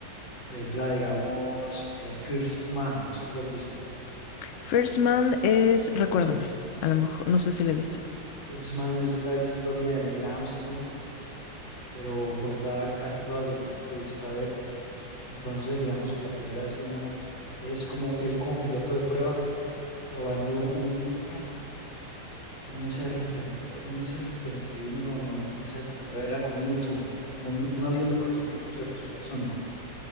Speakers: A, on the left; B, on the left.
A: Es la, digamos, eh, First Man, no sé si lo has visto.
B: First Man es, recuérdame, a lo mejor, no sé si la he visto.
A: First Man es la historia de Neil Armstrong, pero contada casi toda desde el punto de vista de él. Entonces, digamos que la primera escena es como él como piloto de prueba, probando un, un SR-70, eh, un SR-71, no, no, es- en esa época no era, era como un U-2, bueno, un, un avión de prototipo, ¿cierto? Supersónico.